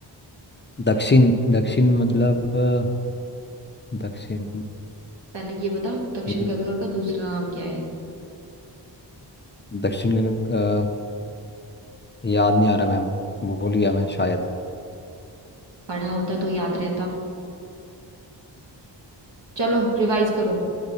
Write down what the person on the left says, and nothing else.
दक्षिण दक्षिण मतलब अ, दक्षिण
मैम,
दक्षिण गंगा अ, याद नहीं आ रहा मैम भूल गया मैं शायद